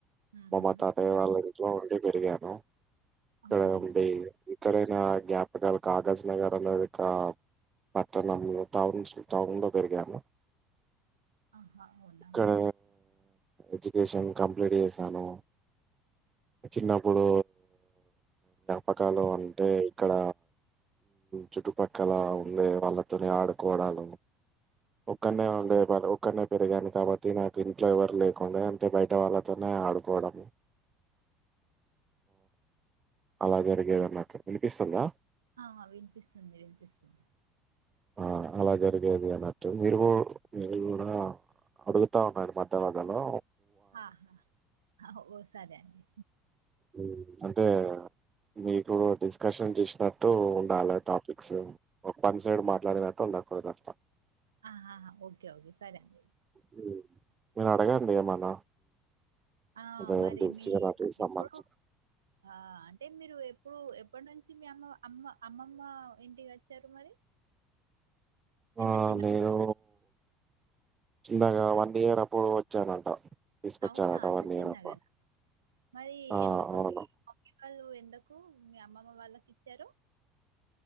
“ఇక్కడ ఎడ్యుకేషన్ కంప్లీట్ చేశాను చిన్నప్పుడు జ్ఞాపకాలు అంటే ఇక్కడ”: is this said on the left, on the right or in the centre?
Right